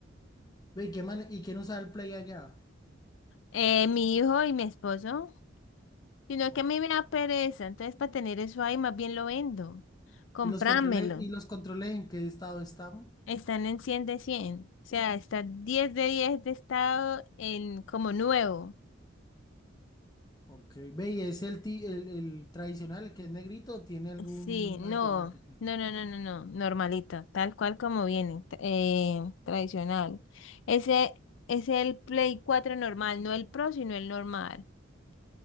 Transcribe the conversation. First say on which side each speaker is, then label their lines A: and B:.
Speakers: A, on the left (about 20°); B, on the left (about 70°).
A: Ve, ¿Y qué man y quién usaba el Play allá?
B: Eh, mi hijo y mi esposo, sino
A: Ok.
B: que a mí me da pereza, entonces para tener eso ahí más bien lo vendo. Comprámelo.
A: ¿Y los controles, y los controles en qué estado están?
B: Están en 100 de 100, o sea, está diez de 10 de estado en como nuevo.
A: Ok. Ve, ¿y es el, ti- el, el tradicional, el que es negrito, o tiene alguna
B: Sí, no,
A: temática?
B: no, no, no, no, no, normalito, tal cual como viene, t- eh, tradicional. Ese es el Play 4 normal, no el Pro, sino el normal.